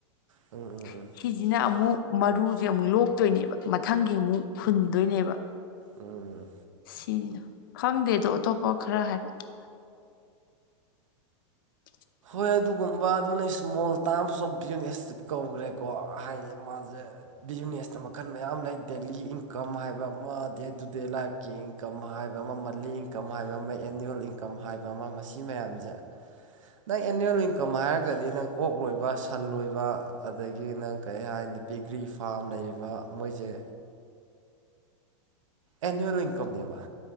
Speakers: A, on the left; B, on the right.
A: <unintelligible>
B: ꯎꯝ ꯎꯝ ꯎꯝ
A: ꯁꯤꯁꯤꯅ ꯑꯃꯨꯛ ꯃꯔꯨꯁꯦ ꯑꯃꯨꯛ ꯂꯣꯛꯇꯣꯏꯅꯦꯕ ꯃꯊꯪꯒꯤ ꯑꯃꯨꯛ ꯍꯨꯟꯗꯣꯏꯅꯦꯕ
B: ꯎꯝ
A: ꯁꯤꯅꯤꯗꯣ ꯈꯪꯗꯦꯗꯣ ꯑꯇꯣꯞꯄ ꯈꯔ ꯍꯥꯏꯔꯛꯣ <unintelligible>
B: ꯍꯣꯏ ꯑꯗꯨꯒꯨꯝꯕ ꯑꯗꯨꯅ ꯏꯁ ꯃꯣꯜ ꯇꯥꯝꯁꯨ ꯑꯣꯐ ꯕꯤꯖꯤꯅꯦꯁꯇ ꯀꯧꯈ꯭ꯔꯦꯀꯣ ꯍꯥꯏꯗꯤ ꯃꯥꯁꯦ ꯕꯤꯖꯤꯅꯦꯁꯇ ꯃꯈꯜ ꯃꯌꯥꯝ ꯂꯩ ꯗꯦꯂꯤ ꯏꯟꯀꯝ ꯍꯥꯏꯕ ꯑꯃ ꯗꯦ ꯇꯨ ꯗꯦ ꯂꯥꯏꯐꯀꯤ ꯏꯟꯀꯝ ꯍꯥꯏꯕ ꯑꯃ ꯃꯜꯂꯤ ꯏꯟꯀꯝ ꯍꯥꯏꯕ ꯑꯃ ꯑꯦꯅꯨꯋꯦꯜ ꯏꯟꯀꯝ ꯍꯥꯏꯕ ꯑꯃ ꯃꯁꯤ ꯃꯌꯥꯝꯁꯦ ꯅꯪ ꯑꯦꯅꯨꯋꯦꯜ ꯏꯟꯀꯝ ꯍꯥꯏꯔꯒꯗꯤ ꯅꯪ ꯑꯣꯛ ꯂꯣꯏꯕ ꯁꯟ ꯂꯣꯏꯕ ꯑꯗꯒꯤ ꯅꯪ ꯀꯔꯤ ꯍꯥꯏꯅꯤꯗꯤ ꯄꯤꯒ꯭ꯔꯤ ꯐꯥꯝ ꯂꯩꯔꯤꯕ ꯃꯣꯏꯁꯦ ꯑꯦꯟꯋꯦꯜ ꯏꯟꯀꯝꯅꯦꯕ